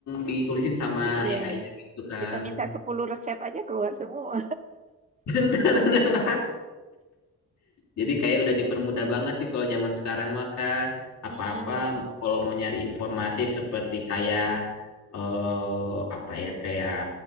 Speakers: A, on the left; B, on the right.
A: ditulisin sama
B: iya
A: AI-nya gitu kan.
B: kita minta 10 resep aja keluar semua
A: <laughs> Bener-bener. Jadi kayak udah dipermudah banget sih kalau zaman sekarang maka apa-apa
B: Mm-mm.
A: kalau mau nyari informasi seperti kayak eh, apa ya kayak